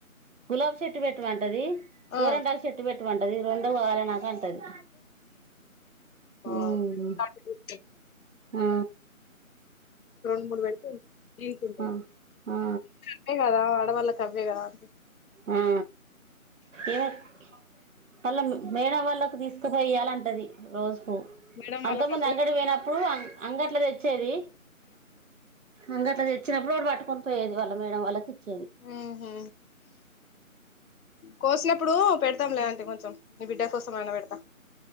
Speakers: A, on the right; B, on the left.
A: గులాబ్ చెట్టు పెటుమంటది
B: ఆ
A: గోరింటాకు చెట్టు పెట్టుమంట్ రెండు కావాలె నాకు అంటది హ్మ్
B: ఆ <unintelligible>
A: ఆ
B: రెండు మూడు పెడితే ఏనుకుంటాయి
A: ఆ ఆ
B: అదే కదా ఆడవల్లక్ కవ్వే కదా అండి
A: ఆ ఈమెక్ వళ్ళ మేడం వాళ్ళకు తీసుకపోయి ఇయ్యలంటది రోజు
B: మేడం
A: అంతకు
B: వాళ్ళకి
A: ముందు
B: అదే
A: అంగడి పోయినప్పుడు అంగట్ల తెచ్ చ్చేది అంగట్ల తెచ్చినప్పుడు ఓటి పట్టుకొని పోయ్యేది వాళ్ళ మేడం వాళ్ళకి ఇచ్
B: మ్ హు కోసినప్పుడు పెడుతాం లే అంటి కొంచెం ని బిడ్డ కోసమైన పెడుతా